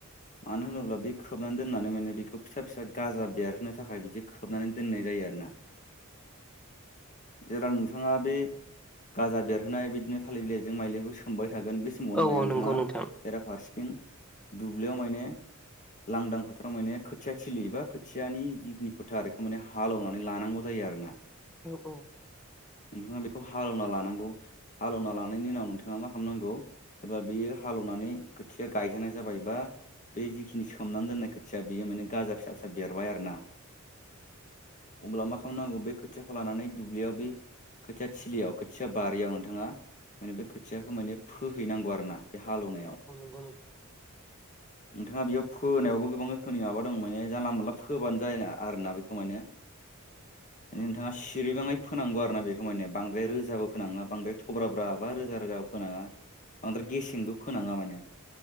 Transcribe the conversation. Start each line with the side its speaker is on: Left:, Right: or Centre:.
Left: मानो होनोब्ला बे खोबनानै दोननानै माने बेखौ फिसा फिसा गाजा बेरहोनो थाखाय बिदि खोबनानै दोननाय जायो आरोना जेब्ला नोंथाङा बे गाजा बेरहोनाय बिदिनो थालिर बिलाइजों माइजुलिखौ खोबाय थागोन बे समावनो
Centre: औ
Left: माने
Centre: औ
Left: नोंथाङा
Centre: नंगौ नोंथां
Left: बेरा फारसेथिं दुब्लियाव माने लांदां फोथाराव माने खोथिया थिलि एबा खोथियानि जिखिनि फोथारखो माने हालेवनानै लानांगौ जायो आरो ना
Centre: औ औ
Left: नोंथाङा बेखौ हालेवना लानांगौ हालेवना लानायनि उनाव नोंथाङा मा खालामनांगौ जेब्ला बियो हालौवनानै खोथिया गायजानाय जाबाय बा बे जिखिनि सोमनानै दोननाय खोथिया बेयो माने गाजा फिसा फिसा बेरबाय आरो ना
Centre: औ
Left: अब्ला मा खालामनांगौ बे खोथियाखौ लानानै दुब्लियाव बै खोथिया थिलियाव खोथिया बारियाव नोंथाङा माने बे खोथियाखौ माने फोहैनांगौ आरो ना बे हालेवनायाव
Centre: थ <inaudible>
Left: नोंथाङा बेयाव फोनायावबो गोबां रोखोमनि माबा दं माने जानला मोनला फोबानो जाया ना आरो ना बेखौ माने
Centre: <inaudible>
Left: नोंथाङा सिरिबाङै फोनांगौ आरो ना बे माने बांद्राय रोजाबो फोनाङा बां थोब्रा ब्रा बा रोजा रोजा फोनाङा बांद्राय गेसेंबो फोनाङा माने